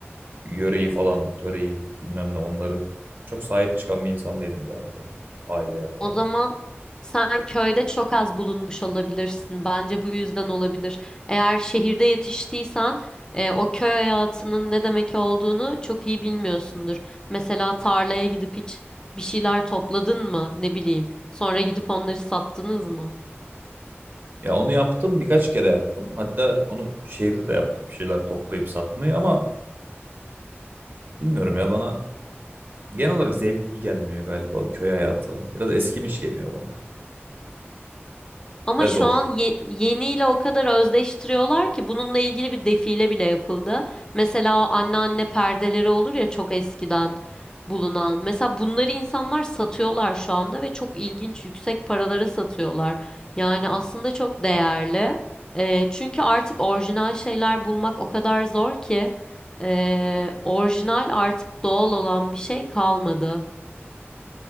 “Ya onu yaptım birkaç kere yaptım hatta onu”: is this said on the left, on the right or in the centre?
Right